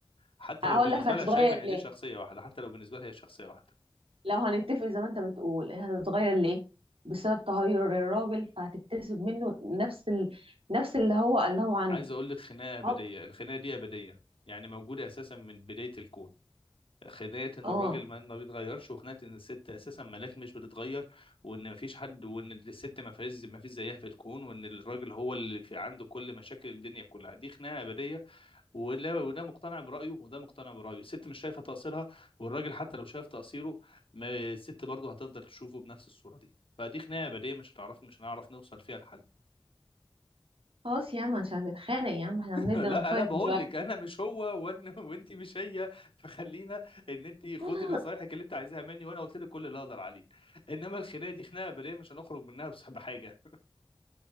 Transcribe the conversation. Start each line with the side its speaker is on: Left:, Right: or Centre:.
Left: حتى
Right: هقول
Left: لو بالنسبه
Right: لك هتتغير
Left: لها شايفه ان
Right: ليه
Left: دي شخصيه واحده حتى لو بالنسبه لها هي شخصيه واحده
Right: لو هنتفق زي ما انت بتقول هتتغير ليه بسبب تغير الراجل فهتكتسب منه نفس ال... نفس اللي هو اللي هو عنده
Left: عايز اقول لك خناقه ابديه
Right: اه
Left: الخناقه دي ابديه يعني موجوده اساسا من بدايه الكون خناقه ان
Right: آه.
Left: الراجل ما ما بيتغيرش وخناقه ان الست اساسا ملاك مش بتتغير وان ما فيش حد وان الست ما فيش ما فيش زيها في الكون وان الراجل هو اللي في عنده كل مشاكل الدنيا كلها دي خناقه ابديه ولا وده مقتنع برايه وده مقتنع برايه الست مش شايفه تقصيرها والراجل حتى لو شايف تقصيره ما الست برضه هتفضل تشوفه بنفس الصوره دي فدي خناقه ابديه مش هتعرف مش هنعرف نوصل فيها لحل
Right: خلاص يا عم عشان نتخانق يا عم احنا بندي
Left: لا
Right: نصايح
Left: انا بقول
Right: دلوقتي
Left: لك انا مش هو وان <laughs> وانت مش هي فخلينا ان انت خدي
Right: <laughs>
Left: نصايحك اللي انت عايزاها مني وانا قلت لك كل اللي اقدر عليه انما الخناقه دي خناقه بريه مش هنخرج منها بس بحاجه